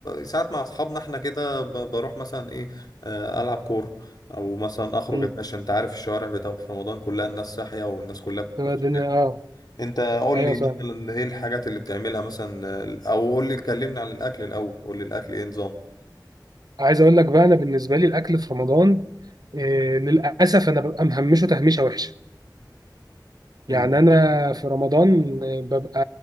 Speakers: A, on the left; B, on the right.
A: ساعات مع اصحابنا احنا كده ب... بروح مثلا ايه آه، العب كوره او مثلا اخرج
B: مم.
A: اتمشى انت عارف الشوارع بتاع في رمضان كلها الناس صاحيه والناس كلها بتبقى
B: تبقى
A: في
B: الدنيا
A: الشارع
B: اه
A: انت قول
B: ايوه
A: لي
B: صح
A: مثلا ايه الحاجات اللي بتعملها مثلا آه، او قول لي كلمني عن الاكل الاول قول لي الاكل ايه نظام
B: عايز اقول لك بقى انا بالنسبه لي الاكل في رمضان إيه للاسف انا ببقى مهمشه تهميشه وحشه
A: مم.
B: يعني انا في رمضان ببقى